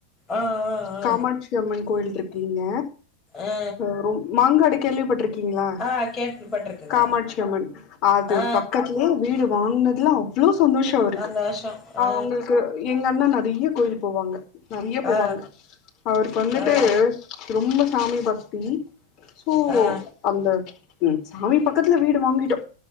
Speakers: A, on the left; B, on the left.
A: ஆ ஆ ஆ
B: காமாட்சி அம்மன் கோயில் இருக்கீங்க
A: ஆ
B: அ ரொ மாங்காடு கேள்விப்பட்டிருக்கீங்க பாத்திங்களா
A: ஆ கேள்விப்பட்டிருக்கங்க
B: காமாட்சி அம்மன் அது
A: ஆ
B: பக்கத்திலயே வீடு வாங்கினதுல அவ்வளோ சந்தோஷ இருக்கு
A: அந்த வருஷோ ஆ
B: அவங்களுக்கு எங்க அண்ணா நெறைய கோயில் போவாங்க நெறைய போவாங்க
A: ஆ
B: அவருக்கு வந்துட்டு
A: ஆ
B: ரொம்ப சாமி பக்தி சோ
A: ஆ ஆ
B: அந்த ம் சாமி பக்கத்துல வீடு வாங்கிட்டோ